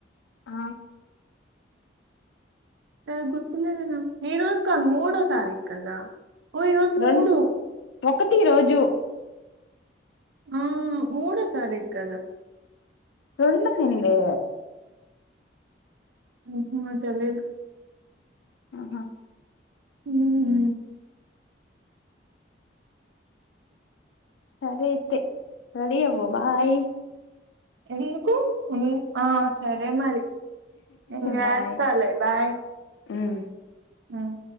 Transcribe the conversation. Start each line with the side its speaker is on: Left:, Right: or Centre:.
Left: ఆ
Right: ఏ గుర్తులేదే నాక్ ఈ రోజుకు మూడో తారీకు కదా ఓ ఈరోజు
Left: రెం
Right: మూడు
Left: ఒకటి ఈ రోజు
Right: ఆ మూడో తారీకు కదా
Left: రెండు అనిందే
Right: మ్ హు తెలిదు
Left: ఆహా
Right: మ్
Left: సరే అయితే రెడీ అవ్వు బాయ్
Right: ఎందుకు ఉ ఆ సరే మరి నేన్ చేస్తా
Left: బాయ్
Right: లే బాయ్
Left: హ్మ్
Right: మ్